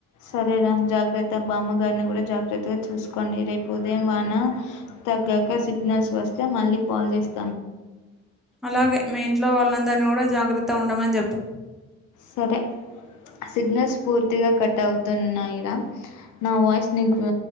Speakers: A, on the left; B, in the centre.
A: సరేరా జాగ్రత్త బామ్మగారిని కూడా జాగ్రత్తగా చూసుకోండి రేపు ఉదయం వాన తగ్గాక సిగ్నల్స్ వస్తే మళ్ళీ కాల్ చేస్త
B: అలాగే మీ ఇంట్లో వాళ్ళందరినీ కూడా జాగ్రత్త ఉండమని చెప్పు
A: సరే సిగ్నల్స్ పూర్తిగా కట్ అవుతున్నాయిరా నా వాయిస్ నీకు